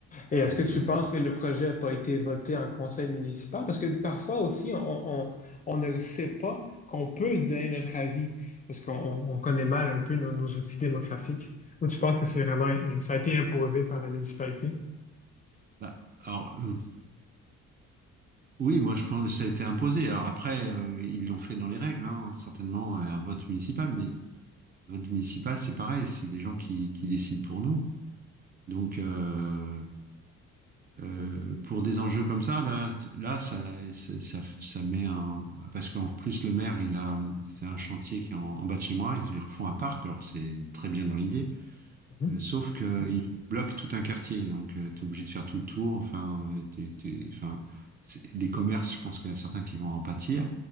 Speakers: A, on the left; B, on the right.
A: Et est-ce
B: Et
A: que tu penses que le projet n'a pas été voté en conseil municipal? Parce que parfois aussi, on, on- on ne sait pas qu'on peut donner notre avis, parce qu'on on- on connaît mal un peu nos, nos outils démocratiques. Ou tu penses que c'est vraiment, ça a été imposé par la municipalité?
B: bah, alors, euh, oui, moi, je pense que ça a été imposé. Alors après, euh, ils l'ont fait dans les règles, hein, certainement, un vote municipal. Mais vote municipal, c'est pareil, c'est des gens qui, qui décident pour nous. Donc, euh, Euh, pour des enjeux comme ça, là, t- là, ça, ça, ça, ça met un, parce qu'en plus le maire, il a, c'est un chantier qui est en, en bas de chez moi, ils refont un parc, alors c'est très bien dans l'idée,
A: Mhm.
B: euh, sauf que il bloque tout un quartier, donc tu es obligé de faire tout le tour, enfin, euh, t'es- t'es- enfin, c'est- les commerces, je pense qu'il y en a certains qui vont en pâtir,